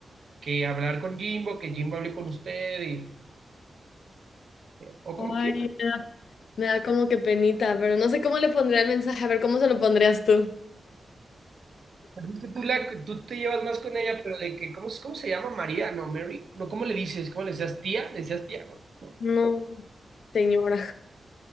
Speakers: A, on the right; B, on the left.
A: que hablar con Jimbo, que Jimbo hable con usted, y, pero- o como
B: Ay,
A: quieras.
B: me da, me da como que penita, pero no sé cómo le pondría el mensaje, a ver cómo se lo pondrías tú.
A: Es que tú, la, tú te llevas más con ella, pero de que, ¿cómo, cómo se llama María? No, Mary. No, ¿cómo le dices? ¿Cómo le decías tía? ¿Le decías tía? No, no.
B: No, señora.